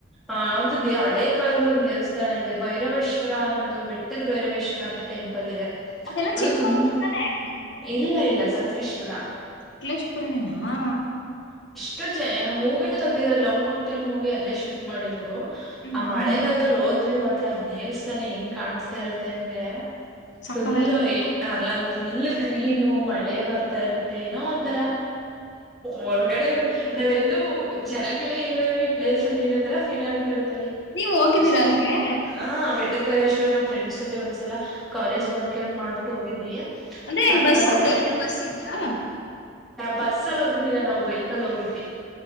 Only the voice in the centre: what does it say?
ಆ ಒಂದು ದ ಹಳೆ ಕಾಲದ ಒಂದು ದೇವಸ್ಥಾನ ಇದೆ ಭೈರವೇಶ್ವರ ಅನ್ನೋದು ಬೆಟ್ಟದ ಬೈರವೇಶ್ವರ ಅಂತ ಟೆಂಪಲ್ ಇದೆ
ಅದು
ತುಂಬ
ಇಲ್ಲ ಇಲ್ಲ ಸಕಲೇಶಪುರ
ಎಷ್ಟು ಚ ಮೂವಿನೂ ತೆಗ್ದಿದಾರೆ ಲವ್ ಮಕ್ಟೆಲ್ ಮೂವಿ ಅಲ್ಲೇ ಶೂಟ್ ಮಾಡಿರೋದು
ಆ ಮಳೆಗಾಲದಲ್ಲಿ ಹೋದ್ರೆ ಮಾತ್ರ ಆ ದೇವಸ್ಥಾನ ಹೆಂಗ್ ಕಾಣಸ್ತಾ ಇರತ್ತೆ ಅಂದ್ರೆ
ಫುಲ್ ಅಲ್ಲ ಅಲ್ಲಿ ಫುಲ್ ಗ್ರೀನು ಮಳೆ ಬರ್ತಾ ಇರುತ್ತೆ ಏನೋ ಒಂತರಾ ಹೊರಗಡೆ ನಾವೆಲ್ಲೂ ಜನ ಗಳೇ ಇಲ್ವೇ ಈ ಪ್ಲೇಸ್ ಅಲ್ಲಿ ಏನತ್ತರ ಫೀಲ್ ಆಗ್ತ ಇರತ್ತಲ್ಲಿ
ಅಷ್ಟೇ
ಹ ಬೆಟ್ಟ ಬೆಟ್ಟ ಭೈರವೇಶ್ವರ ನಮ್ಮ ಫ್ರೆಂಡ್ಸ್ ಜೊತೆ ಒಂದ್ಸಲ ಕಾಲೇಜ ಬಂಕ್ ಎಲ್ ಮಾಡ್ಬಿಟ್ಟು ಹೋಗಿದ್ವಿ
ಸಕ್ಕತ್ತಾಗಿತ್ತು
ಬಸ್ಸಲ್ಲಿ ಹೋಗಿದ್ನಿಲ್ಲ ನಾವು ಬೈಕಲ್ಲಿ ಹೋಗಿದ್ವಿ